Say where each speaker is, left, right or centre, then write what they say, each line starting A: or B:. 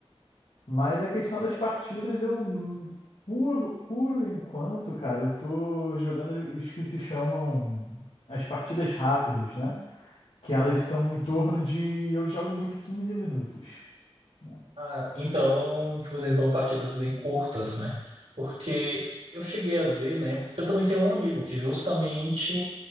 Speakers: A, on the left; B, on the right.
A: Mas a questão das partidas, eu, n- por, por enquanto, cara, eu tô jogando os que se chamam as partidas rápidas, né? Que elas
B: Hum,
A: são em
B: hum.
A: torno de. Eu jogo muito quinze minutos. né?
B: Ah, então vocês são partidas bem curtas, né? Porque eu cheguei a ver, né? Porque eu também tenho um amigo que justamente